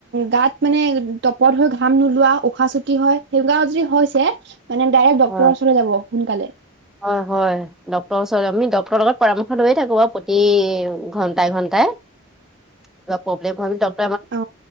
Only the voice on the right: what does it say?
গাত মানে তপত হৈ। ঘাম নোলোৱা উশাহ চুটি হয় সেইবিলাক যদি হৈছে মানে ডাইৰেক্ট ডক্তৰৰ
ওচৰলৈ যাব সোনকালে
অ